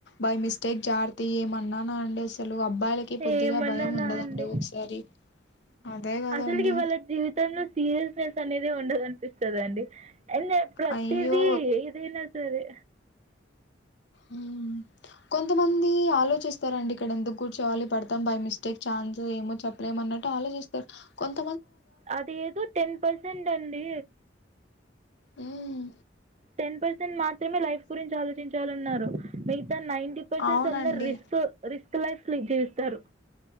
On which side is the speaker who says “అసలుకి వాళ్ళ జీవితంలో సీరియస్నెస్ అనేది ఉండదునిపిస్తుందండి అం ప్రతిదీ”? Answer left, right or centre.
Right